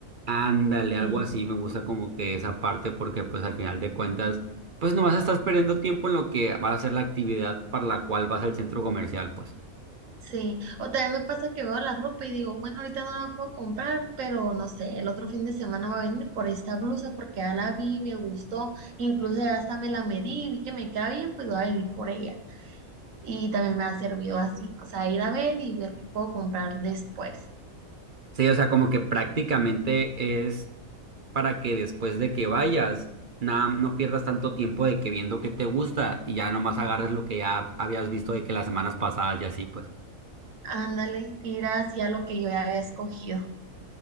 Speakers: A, on the right (about 40°); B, on the right (about 65°).
A: Ándale, algo
B: Sí.
A: así. Me gusta como que esa parte porque pues al final de cuentas, pues nomás estás perdiendo tiempo en lo que va a ser la actividad para la cual vas al centro comercial, pues.
B: Sí, o también me pasa que veo la ropa y digo, bueno, ahorita no la puedo comprar, pero no sé, el otro fin de semana va a venir por esta blusa porque ya la vi, me gustó, incluso ya hasta me la medí, vi que me queda bien, pues voy a venir por ella. Y también me ha servido así, o sea, ir a ver y ver qué puedo comprar después.
A: Sí, o sea, como que prácticamente es para que después de que vayas, nada, no pierdas tanto tiempo de que viendo qué te gusta y ya nomás agarres lo que ya habías visto de que las semanas pasadas y así, pues.
B: Ándale, ir hacia lo que yo ya había escogido,